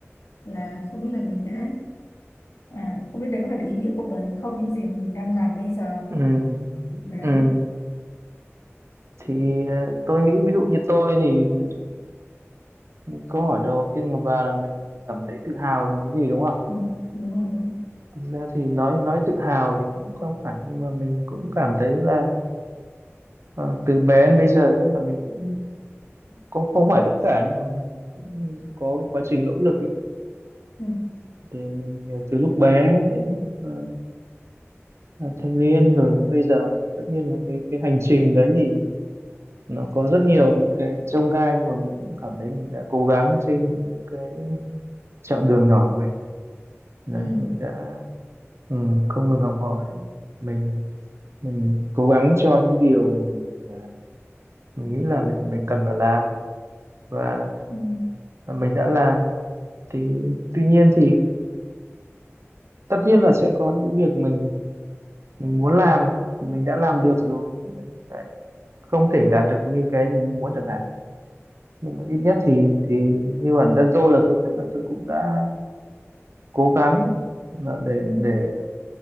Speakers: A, on the left; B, on the right.
A: là không biết là mình đã à, không biết đấy có phải là ý nghĩa cuộc đời mình không những gì mà mình đang làm bây giờ
B: ừ
A: đấy
B: ừ thì ờ, tôi nghĩ ví dụ như tôi thì nói chung là câu hỏi đầu tiên của bà là mình cảm thấy tự hào về mình cái gì đúng không
A: ừ, đúng rồi
B: thực ra thì nói nói tự hào thì cũng không hẳn nhưng mà mình cũng cảm thấy là ờ, từ bé đến bây giờ nhất là mình cũng cũng không phải tất cả nhưng mà mình cũng có cái quá trình nỗ lực ấy
A: ừ,
B: để mình ờ, từ lúc bé đến lúc ờ, là thanh niên rồi bây giờ tất nhiên là cái cái hành trình đấy thì nó có rất nhiều những cái chông gai nhưng mà mình cũng cảm thấy là mình đã cố gắng trên những cái chặng đường nhỏ của mình đấy
A: ừ,
B: mình đã ừ, không ngừng học hỏi mình mình mình cố gắng cho những điều mà mình à, mình nghĩ là mình mình cần phải làm và
A: ừ,
B: mình đã làm thì tuy nhiên thì tất nhiên là sẽ có những việc mình mình muốn làm mình đã làm được rồi nhưng mà mình lại không thể đạt được như cái mình muốn được nhưng mà ít nhất thì thì như bản thân tôi là tôi thấy là tôi cũng đã cố gắng là để
A: ừ,
B: để